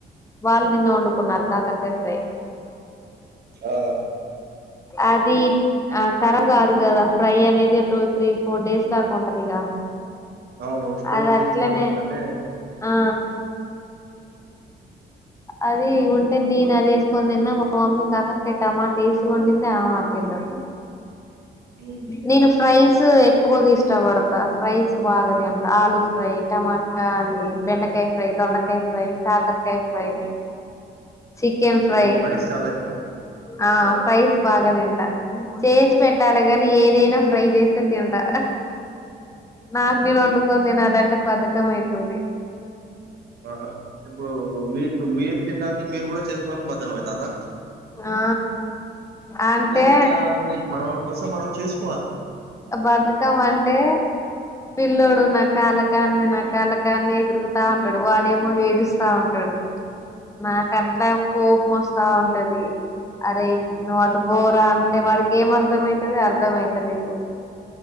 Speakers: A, on the left (about 15°); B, on the right (about 65°).
A: వాళ్ళు నిన్న వండుకున్నారు, కాకరకాయ ఫ్రై
B: ఆ
A: అది ఆ కరబ్ కాదు కదా ఫ్రై అనేది టూ త్రీ ఫోర్ డేస్ దాకా ఉంటది, గా
B: అవును స్టోర్
A: అది
B: చేసుకొని
A: అట్లనే
B: పెట్టుకోవచ్చు అంటే
A: ఆ
B: <unintelligible>
A: అది ఉంటే, నేను అది వేసుకోని తిన్న మా మమ్మీ కాకరకాయ టమాట వేసి వండింది, ఆమ అది తిన్నది
B: <unintelligible> హ్మ్.
A: నేను ఫ్రైస్ ఫ్రైస్ ఎక్కువగా ఇష్టపడతా ఫ్రైస్ బాగాతింటా, ఆలు ఫ్రై, టమాట ఆ అది
B: హ్మ్.
A: బెండకాయ ఫ్రై, దొండకాయ ఫ్రై, కాకరకాయ ఫ్రై చికెన్
B: హ్మ్.
A: ఫ్రై
B: మీకు ఫ్రైస్ చాలా ఇష్టం.
A: ఆ ప్రైస్ బాగా తింటా చేసి చేసి పెట్టాలి, కానీ ఏదైనా ఫ్రై చేస్తే తింటా
B: హ్మ్.
A: నాకు నేను వండుకొని తినాల, ంటే పెద్ద బధకం అయితుంది.
B: ఆహా ఇప్పుడు మీకు, మీరు తినడానికి మీరు కూడా చేసుకోవడానికి బధకం అవుతందా.
A: ఆ అంటే
B: అట్లయితే ఎట్లా మరి, మన కోసం మనం చేసు
A: బధకం అంటే పిల్లోడు నా కాలకానే నా కాలకానే తిరుగుతా ఉంట ంటడు వాడేమో ఏడుస్తా ఉంటాడు నాకు అట్లా కోపం వస్త స్తా ఉంటది అరే నువ్వు అటు పోరా
B: హ్మ్.
A: అంటే వాడికి ఏం అర్థమవుతుంది అర్థమయిత లేవు